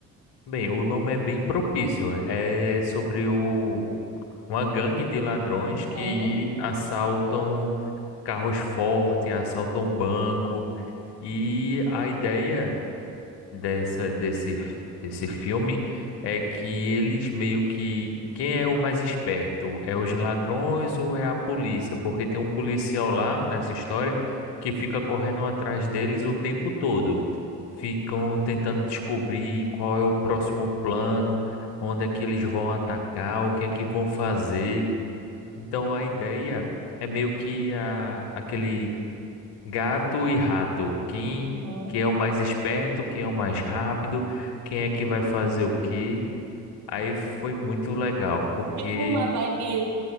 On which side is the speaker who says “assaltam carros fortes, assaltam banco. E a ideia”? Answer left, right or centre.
Left